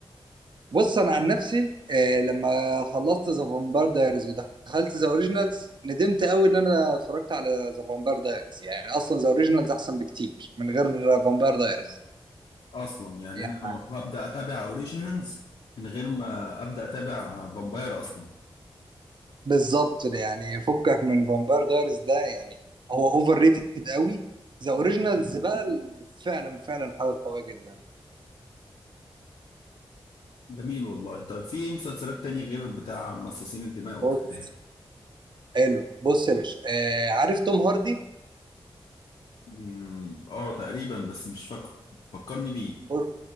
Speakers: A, on the right; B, on the left.
A: بص انا عن نفسي آه لما خلصت ذا فامباير دايريز ودخلت ذا اوريجينالز ندمت قوي ان انا اتفرجت على ذا فامباير دايريز يعني اصلا ذا اوريجينالز احسن بكتير من غير فامباير دايريز
B: اصلا يعني
A: يعني
B: انا هبدا اتابع اوريجينالز من غير ما ابدا اتابع فامباير اصلا
A: بالظبط ده، يعني فكك من فامباير دايريز ده يعني هو اوفر ريتد قوي ذا اوريجينالز بقى فعلا فعلا حاجه قويه جدا
B: جميل والله طب في مسلسلات تانية غير بتاع مصاصين الدماء
A: بص
B: وكده
A: حلو بص يا باشا آه عارف توم هاردي
B: أمم، اه تقريبا بس مش فاكره فكرني بيه
A: بص